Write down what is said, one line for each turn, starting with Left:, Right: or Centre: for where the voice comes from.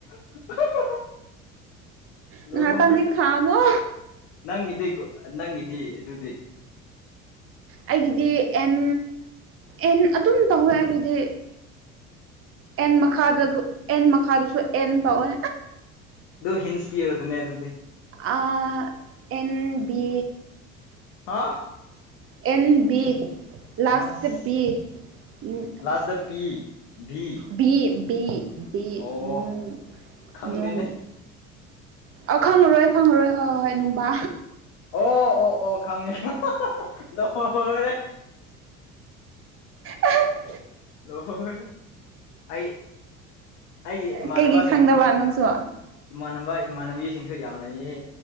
Left: <unintelligible> ꯂꯣꯏꯔꯦ
Right: ꯉꯥꯏꯍꯥꯛꯇꯪꯗꯤ ꯈꯥꯡꯉꯣ
Left: ꯅꯪ ꯒꯤꯗꯤ ꯀꯣ ꯅꯪꯒꯤꯗꯤ ꯑꯗꯨꯗꯤ
Right: ꯑꯩꯒꯤꯗꯤ ꯑꯦꯟ ꯑꯦꯟ ꯑꯗꯨꯝ ꯇꯧꯋꯦ ꯑꯩꯒꯤꯗꯤ ꯑꯦꯟ ꯃꯈꯥꯗ ꯑꯦꯟ ꯃꯈꯥꯗꯁꯨ ꯑꯦꯟ ꯇꯥꯎꯋꯦ
Left: ꯗꯨ ꯍꯤꯟꯁ ꯄꯤꯔꯣꯗꯨꯅꯦ ꯑꯗꯨꯗꯤ
Right: ꯑꯥ ꯑꯦꯟ ꯕꯤ
Left: ꯍꯥ
Right: ꯑꯦꯟ ꯕꯤ ꯂꯥꯁꯇ
Left: ꯑꯁ
Right: ꯕꯤ ꯎꯝ
Left: last P V
Right: B B B
Left: ꯑꯣ
Right: ꯅꯨꯡ
Left: ꯈꯪꯗꯦꯅꯦ
Right: ꯅꯨꯡ ꯑ ꯈꯪꯉꯔꯣꯏ ꯈꯪꯉꯔꯣꯏ ꯍꯣꯏ ꯍꯣꯏ ꯍꯣꯏ ꯅꯨꯡꯕꯥ
Left: ꯑꯣ ꯑꯣ ꯑꯣ ꯈꯪꯉꯤ <unintelligible> ꯂꯣꯏꯔꯦ
Right: ꯑꯍꯦ <unintelligible>
Left: ꯂꯣꯏꯔꯦ ꯑꯩ ꯑꯩꯒꯤ ꯏꯃꯥꯟꯅꯕꯁꯤꯡ
Right: ꯀꯩꯒꯤ ꯈꯪꯗꯕ ꯅꯪꯁꯨ
Left: ꯏꯃꯥꯟꯅꯕ ꯏꯃꯥꯟꯅꯕꯤꯁꯤꯡꯁꯨ ꯌꯥꯝ ꯂꯩꯌꯦ